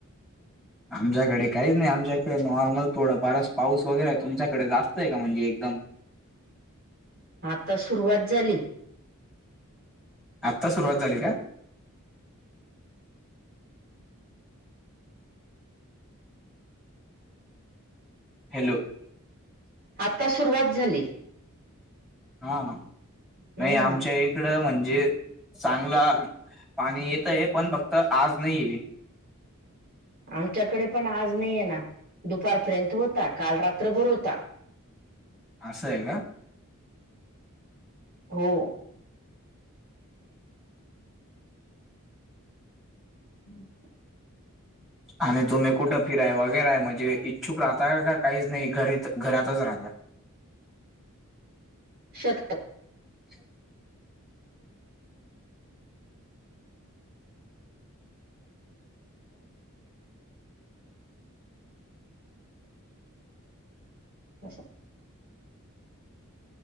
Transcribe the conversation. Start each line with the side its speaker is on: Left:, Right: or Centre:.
Centre: आमच्याकडे काहीच नाही आमच्याकडे नॉर्मल थोडं फारच पाऊस वगैरे तुमच्याकडे जास्त आहे का म्हणजे एकदम
Right: आता सुरुवात झाली
Centre: आत्ता सुरुवात झाली का हॅलो,
Right: आता सुरुवात झाली.
Centre: हा
Right: हम्म.
Centre: नाही आमच्या एक इकड म्हणजे चांगला पाणी येत आहे पण फक्त आज नाही आहे.
Right: आमच्याकडे पण आज नाही आहे ना दुपारपर्यंत होता काल रात्रभर होता.
Centre: असं आहे का.
Right: हो. अम्छ
Centre: आणि तुम्ही कुठं फिराय वगैरय म्हणजे इच्छुक राहताय काहीच नाही घरी घरातच राहता.
Right: शत
Centre: अ
Right: अशा